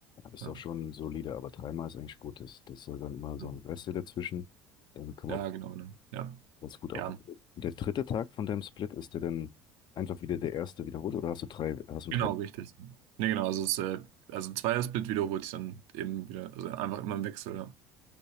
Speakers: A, on the left (about 40°); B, on the right (about 65°).
A: Ist
B: Ja,
A: auch schon solide, aber dreimal ist eigentlich gut. Das, das soll dann immer so
B: ja.
A: ein Reste dazwischen. Dann kommen
B: Ja,
A: wir
B: genau. Ne? Ja.
A: ganz gut auf.
B: Ja,
A: Und der dritte Tag von deinem Split, ist der dann einfach wieder der erste wiederholt oder hast du drei, hast du
B: Genau,
A: drei?
B: richtig. Nee, genau, also, es, äh, also ein Zweiersplit wiederholt sich dann eben wieder, also einfach immer im Wechsel, ja.